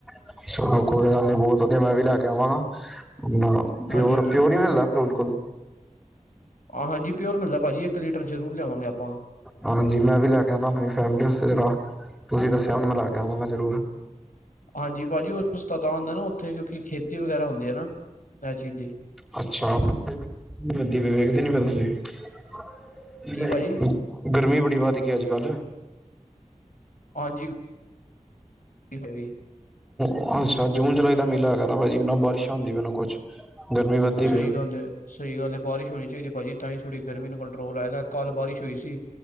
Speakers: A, in the centre; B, on the left.
A: ਅੱਛਾ ਚਲੋ ਕੋਈ ਗੱਲ ਨੀ ਬਹੁਤ ਵਧੀਆਂ ਮੈਂ ਵੀ ਲੈ ਕੇ ਆਵਾਂਗਾ ਹੁਣ ਪਿਓਰ
B: ਹਾਂਜੀ-ਹਾਂਜੀ
A: -ਪਿਓਰ ਈ ਮਿਲਦਾ ਬਿਲਕੁਲ
B: ਹਾਂ ਹਾਂਜੀ ਪਿਓਰ ਮਿਲਦਾ ਭਾਜੀ ਇੱਕ ਲੀਟਰ ਜ਼ਰੂਰ ਲਿਆਵਾਂਗੇ ਆਪਾਂ
A: ਹਾਂਜੀ ਮੈਂ ਵੀ ਲੈ ਕੇ ਆਣਾ ਆਪਣੀ ਫੈਮਿਲੀ ਆਸਤੇ ਤੁਸੀਂ ਦੱਸਿਆ ਹੁਣ ਮੈਂ ਲੈ ਕੇ ਆਵਾਂਗਾ ਜ਼ਰੂਰ
B: ਹਾਂਜੀ ਭਾਜੀ ਉਹ ਸਸਤਾ ਤਾ ਉੱਥੇ ਕਿਉਂਕਿ ਖੇਤੀ ਵਗੈਰਾ ਹੁੰਦੀ ਹੈ ਨਾ ਇਹ ਚੀਜ਼ ਦੀ
A: ਅੱਛਾ <unintelligible>
B: ਕੀ ਭਾਜੀ
A: ਗਰਮੀ ਬੜੀ ਵੱਧ ਗਈ ਅੱਜ਼ ਕੱਲ <unintelligible>
B: ਹਾਂਜੀ ਵੀ
A: ਅ ਜੂਨ ਜੁਲਾਈ ਦਾ ਮੇਲਾ ਹੈਗਾ ਨਾ ਭਾਜੀ ਨਾਂ ਬਾਰਿਸ਼ ਹੁੰਦੀ ਪਈ ਨਾ ਕੁਛ ਗਰਮੀ ਵੱਧਦੀ
B: ਸਹੀ
A: ਪਈ
B: ਗੱਲ ਏ। ਸਹੀ ਗੱਲ ਏ ਬਾਰਿਸ਼ ਹੋਣੀ ਚਾਹੀਦੀ ਭਾਜੀ ਤਾਂ ਹੀ ਥੋੜੀ ਗਰਮੀ ਨੂੰ ਕੰਟਰੋਲ ਆਏਗਾ ਕੱਲ ਬਾਰਿਸ਼ ਹੋਈ ਸੀ।